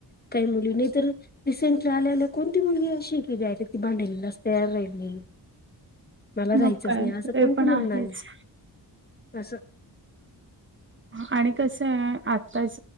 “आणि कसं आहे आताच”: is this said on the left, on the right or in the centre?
Right